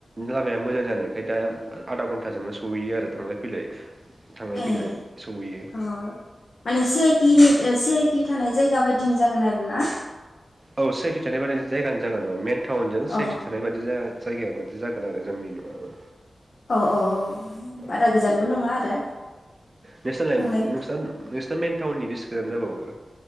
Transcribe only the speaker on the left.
ए
उम माने सि आइटिनि सि आइ टि थानाय जायगा बायदिनो जागोन आरो ना
अ
औ औ
बारा गोजानबो नङा आरो
थांलाय